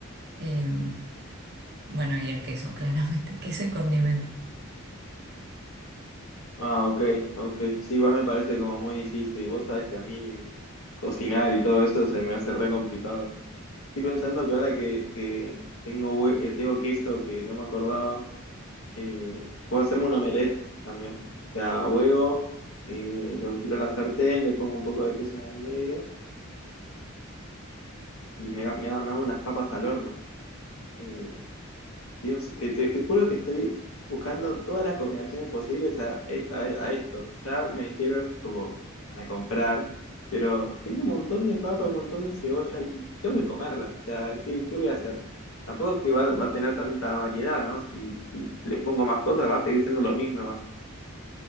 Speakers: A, on the right; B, on the left.
A: Eh, bueno, y el queso, <laughs> claramente. Queso y condimentos.
B: Ah, ok, ok. Sí, igual me parece como muy difícil. Vos sabés que a mí cocinar y todo eso se me hace re complicado. Estoy pensando que ahora que, que tengo, hue- eh, tengo queso que no me acordaba, eh, puedo hacerme un omelette también. O sea, huevo, eh, lo tiro a la sartén, le pongo un poco de queso en el medio y me, me ha- me hago unas papas al horno. Eh, Dios, eh, te, te juro que estoy buscando todas las combinaciones posibles a, a- a esto. Ya me dijeron como la comprar, pero tengo un montón de papa y un montón de cebolla y tengo que comerla. O sea, ¿qué, qué voy a hacer? Tampoco es que va, va a tener tanta variedad, ¿no? Si, si le pongo más cosas va a seguir siendo lo mismo igual.